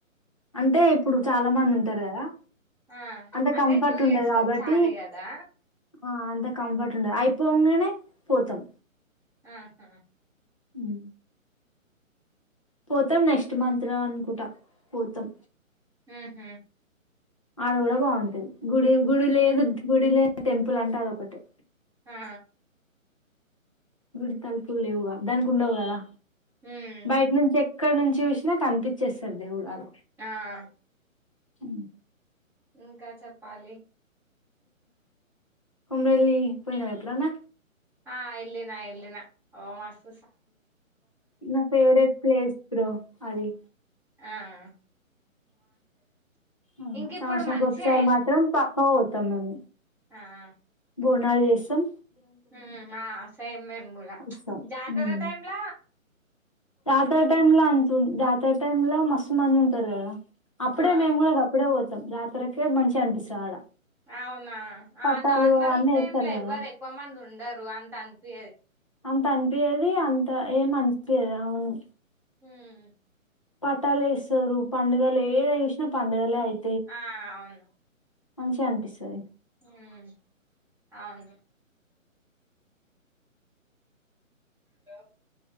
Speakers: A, on the left; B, in the centre.
A: అంటే ఇప్పుడు చాలా మంది ఉంటారు కదా
B: ఆ
A: అంత
B: అంటే
A: కంఫర్ట్
B: టూ
A: ఉండదు
B: ఇయర్స్ కి
A: కాబట్టి
B: ఒకసారి కదా
A: ఆ అంత కంఫర్ట్ ఉండద్ అయిపోంగనే పోతాం
B: ఆహా
A: మ్ పోతాం నెక్స్ట్ మంత్ ల అనుకుంటా పోతాం
B: ఊ హూ
A: ఆడ కూడా బాగుంటది గుడి గుడి లేదు
B: ఉమ్.
A: గుడిలే టెంపుల్ అంటే అదొకటి
B: ఆ
A: గుడి తలుపులు లేవుగా దానికి ఉండవు కదా.
B: ఉమ్
A: బైట్ నుంచే ఎక్ ఎక్కడ నుంచి చూసినా కనిపించేస్తాడు దేవుడు ఆడ.
B: ఆహ్
A: ఉమ్
B: ఇంకా చెప్పాలి.
A: కొమరెల్లి పోయినవ ఎపుడన్న.
B: ఆహ్ ఎల్లినా ఎల్లినా ఓ మాస్త్.
A: నా ఫేవరెట్ ప్లేస్ బ్రో అది.
B: ఆహ్
A: ఉమ్
B: ఇంక ఇప్పుడు
A: సంవత్సరానికి
B: మంచిగా
A: ఒకసారి మాత్రం పక్క పోతాం. ఖమ్మం.
B: ఆహ్
A: బోనాల్ చేస్తం.
B: ఉమ్ ఆహ్ సేమ్ మేము కూడ ప్చ్
A: వస్తాం
B: జాతర
A: ఉమ్.
B: టైమ్ల.
A: జాతర టైమ్ లో అంత్. జాతర టైమ్ లో మస్తు మంది ఉంటారు కదా. అప్పుడే
B: ఆ
A: మేము కూడ అప్పుడే పోతం. జాతరకే మంచిగా అనిపిస్తది ఆడ.
B: అవునా
A: పట్టాలు
B: ఆహ్ నార్మల్
A: అవన్నీ
B: టైం
A: వేస్తారు
B: లే
A: కదా
B: ఎవ్వరు ఎక్కువ మంది ఉండరు. అంత అనిపియదు.
A: అంత అనిపియ్యది అంత ఏం అనిపియదు అవును.
B: ఉమ్
A: పటాలేస్తారు పండుగలు ఏడ చేసిన పండగలే ఆయి.
B: ఆహ్ అవును.
A: మంచిగా అనిపిస్తది.
B: ఉమ్ అవును. హలో